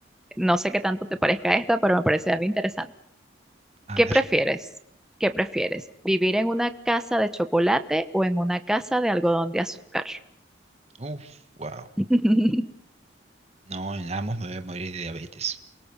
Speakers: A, in the centre; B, on the right.
A: No sé qué tanto te parezca esta, pero me parece a mí interesante.
B: A
A: ¿Qué
B: ver.
A: prefieres? ¿Qué prefieres? ¿Vivir en una casa de chocolate o en una casa de algodón de azúcar?
B: Uf, wow.
A: <laughs>
B: No, en Amos me voy a morir de diabetes.